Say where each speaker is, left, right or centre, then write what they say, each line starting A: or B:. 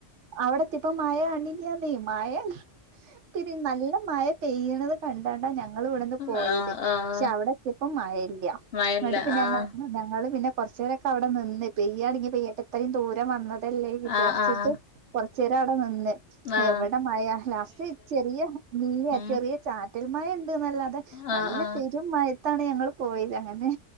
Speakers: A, on the right (about 70°); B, on the left (about 55°).
A: അവിടത്തിയപ്പം മഴ അണില്ലാന്നെ മാഴ പിന്നിം നല്ല മഴ പെയ്യ്ണത് കണ്ടാണ്ടാ ഞ ഇങ്ങളിവ്ടുന്ന്
B: ആഹ്
A: പോയത് പക്ഷെ
B: ആഹ്
A: അവിടെത്തിയപ്പം മഴല്ല,
B: മഴല്ല
A: ഇങ്ങട്ട് പിന്നെ
B: ആഹ്
A: ഞ ഞങ്ങള് പിന്നെ കൊറച്ചേരൊക്കെ അവിടെ നിന്ന് പെയ്യാണെങ്കി പെയ്യട്ടെ ഇത്രേം ദൂരം വന്നതല്ലേ വിചാരിച്ചിട്ട്
B: ആഹ് ആഹ്
A: കൊറച്ചേരം അവിടെ നിന്ന്.
B: ആഹ്
A: എവ്ടെ മഴ ലാസ്റ്റ് ചെറിയെ വീകാ
B: ഉം
A: ചെറിയെ ചാറ്റൽ മഴ ഇണ്ട്ന്നല്ലാതെ
B: ആഹ്
A: നല്ല
B: ആഹ്
A: പെരും മഴത്താണ് ഞങ്ങള് പോയത് അങ്ങനെ